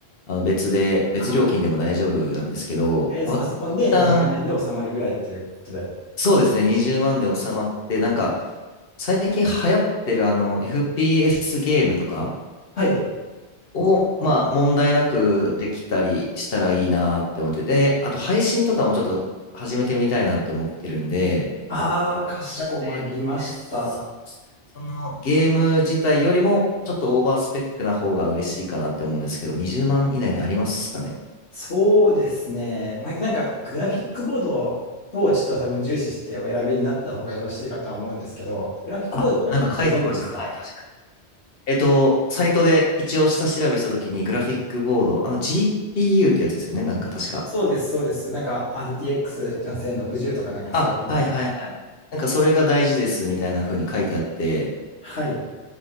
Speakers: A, on the left; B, on the left.
A: あの、別で、別料金でも大丈夫なんですけど、
B: あーとりあえずパソコンで20万円で収まるぐらいっていうことで。
A: まあ、一旦、そうですね、20万で収まって、なんか、最近流行ってる、あの、FPS ゲームとか、
B: はい。
A: を、まあ、問題なくできたりしたらいいなって思って、で、あと配信とかもちょっと始めてみたいなって思ってるんで、
B: ああ、かしこまりました。
A: なんで、そうですねそのゲーム自体よりもちょっとオーバースペックな方が嬉しいかなって思うんですけど、20万以内でありますかね
B: そうですね。まあ、なんか、グラフィックボードをちょっと多分重視してお選びになった方がよろしいかとは思うんですけど、グラフィックボードとかってなんかご存知ですか
A: あ、なんか書いてました。はい、確かに。えっと、サイトで一応下調べしたときにグラフィックボード、あの GPU ってやつですよね、なんか確か。
B: そうです、そうです。なんか RTX4060 とかなんかそういう感じの。
A: あ、はいはいはい。なんかそれが大事ですみたいな風に書いてあって、
B: はい。